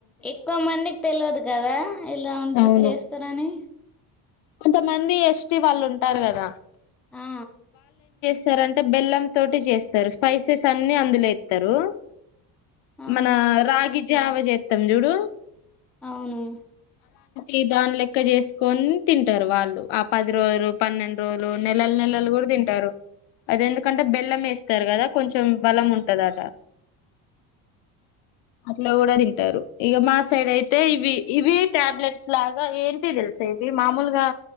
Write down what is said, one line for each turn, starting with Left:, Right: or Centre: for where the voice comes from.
Centre: ఎక్కువ మందిక్ తెల్వద్ కదా ఇలా ఉంటు
Left: అవును
Centre: చేస్తరని
Left: కొంతమంది ఎస్టీ వాళ్ళుంటార్ గద
Centre: ఆ
Left: సరంటె బెల్లం తోటి జేస్తరు స్పైసెస్సన్నీ అందులొ ఏత్తరు
Centre: ఆహా
Left: మనా రాగిజావ జేత్తంజుడు
Centre: ఔను
Left: ఈ దాన్లెక్క జేస్కోన్ తింటర్ వాళ్ళు ఆ పది రోజులు పన్నెండు రోజులు నెలల్ నెలల్ కూడా తింటారు అది ఎందుకంటే బెల్లం వేస్తారు కదా కొంచెం బలం ఉంటదాట. అట్లా కూడా తిన్. అంటారు ఇక మా సైడ్ అయితే ఇవి ఇవి టాబ్లెట్స్ లాగా ఏంటివి తెలుసా ఇవి మామూలుగా.